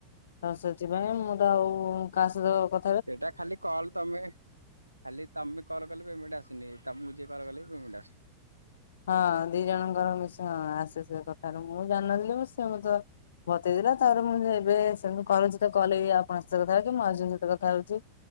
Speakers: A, on the left (about 60°); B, on the right (about 90°).
A: ତ ସେଥିପାଇଁ ମୁଁ ତ ଆଉ କାହା ସହିତ କ
B: ସେଇଟା ଖାଲି କଲ ତମେ ଖାଲି ତମେ କଲେ ପେମେଣ୍ଟ ଆସିନି ତମକୁ ଯିକଏ କଲେ ପେମେଣ୍ଟ ଆସୁ
A: ହଁ ଦି ଜଣଙ୍କର ମିଶ ହଁ ଆସେ ସେ କଥାରେ ମୁଁ ଜାଣଥିଲି ମ ତ ବତେଇଦେଲା ତାପରେ ମୁଁ ଏବେ ସେତି କଛି କଲେ ଆପଙ୍କ ସହିତ କଥା ହେଉଛିି ମୁଁ ଆଜନ ସହିତ କଥା ହଉଛି